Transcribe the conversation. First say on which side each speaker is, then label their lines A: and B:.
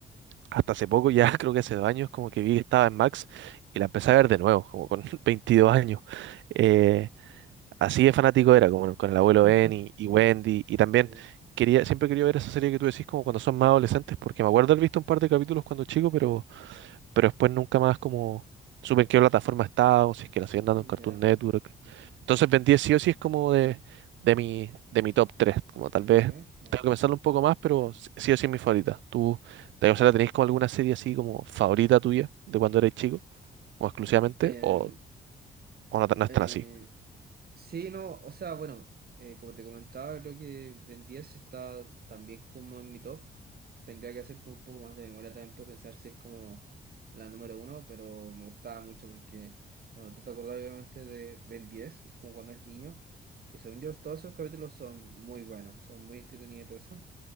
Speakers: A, on the right (about 80°); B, on the right (about 55°).
A: hasta hace poco, ya <laughs> creo que hace dos años, como que vi que estaba en Max y la empecé a ver de nuevo, como con <laughs> 22 años. Eh, así de fanático era, como con el abuelo
B: <laughs>
A: Ben y, y Wendy y también...
B: Sí.
A: Quería, siempre quería ver esa serie que tú decís como cuando son más adolescentes, porque me acuerdo haber visto un par de capítulos cuando chico, pero pero después nunca más como supe en qué plataforma estaba o si es que la siguen dando
B: Mm,
A: en Cartoon
B: Ya.
A: Network. Entonces Ben 10 sí o sí es como de, de mi, de mi top 3 como tal
B: Tal
A: vez
B: vez, ya.
A: tengo que pensarlo un poco más, pero sí sí o sí es mi favorita. ¿Tú, te, o sea, tenéis como alguna serie así como favorita tuya de cuando eres chico, como exclusivamente,
B: Em,
A: o, o no, tan- no
B: eh,
A: es tan así?
B: Sí, no, o sea, bueno, eh, como te comentaba, creo que Ben 10 está también como en mi top. Tendría que hacer como un poco más de memoria también para pensar si es como la número uno, pero me gustaba mucho porque, bueno, tú te acordás obviamente de Ben 10, que es como cuando es niño, que según yo todos esos capítulos son muy buenos, son muy entretenidos y todo eso,